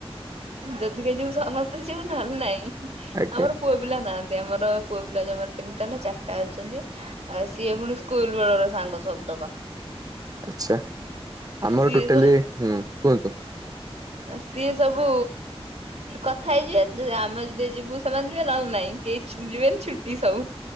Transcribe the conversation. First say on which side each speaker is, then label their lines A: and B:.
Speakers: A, on the right; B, on the right.
A: ଯଦିକ ଯିବୁ ସମସ୍ତେ ଯିବୁ ନହେଲେ ନାହିଁ, <unintelligible>
B: ଆଜ୍ଞା
A: ପୁଅ ପ ପିଲା ନାହାନ୍ତି ଆମର ପୁଅ ପିଲା ଜମର ତିନିଟା ନା ଚାରିଟା ଅଛନ୍ତି। ଆଉ ସିଏ ପୁଣି ସ୍କୁଲ ବେଳର ସାଙ୍ଗ ସବୁ।
B: ଆଛା ଆମର
A: ସିଏ
B: ଟୋଟାଲି
A: ସବୁ
B: ହୁଁ କୁହନ୍ତୁ?
A: ସିଏ ସବୁ କଥା ହେଇଯିବେ ଆମ ଯେ ଯିବୁ ସେମାନେ ଯିବେ ନହେଲେ ନାହିଁ କେହି ଯିବେନି ଛୁଟି ସବୁ।